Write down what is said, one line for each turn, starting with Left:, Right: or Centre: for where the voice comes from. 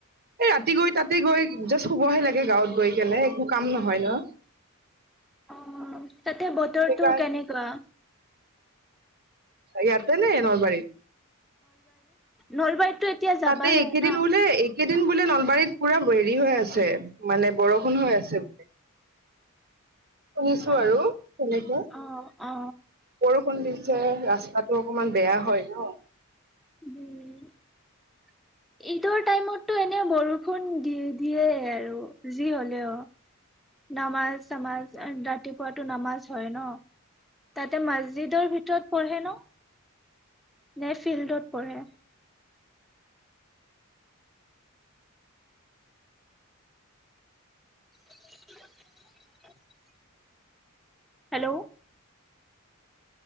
Right: এই তাতে গৈ জাষ্ট শুবহে লাগে গাঁৱত গৈ কেলে একো কাম নহয় ন
Centre: অ তাতে বতৰটো
Right: সেইকাৰণ
Centre: কেনেকুৱা
Right: ইয়াতেনে নলবাৰী
Centre: নলবাৰীত এতিয়া যাবাহে
Right: তাতে একেদিন
Centre: ন
Right: হলে একেদিন দিন বোলে নলবাৰীত পুৰা হেৰি হৈ আছে মানে বৰষুণ হৈ আছে বো শুনিছো
Centre: অ
Right: আৰু কেনেকে পৰু
Centre: অ অ
Right: বৰষুণ দিছে ৰাস্তাটো অকমান বেয়া হয় ন
Centre: উম ঈদৰ ঈদৰ টাইমতটো এনেই বৰো দে শুোন দি দিয়ে আৰু যি হলেও নামাজ চামাজ ৰাতিপুৱাতো নামাজ হয় ন তাতে মছজিদৰ ভিতৰত পঢ়ে ন নে ফিল্ডত পঢ়ে <unintelligible> হেল্ল'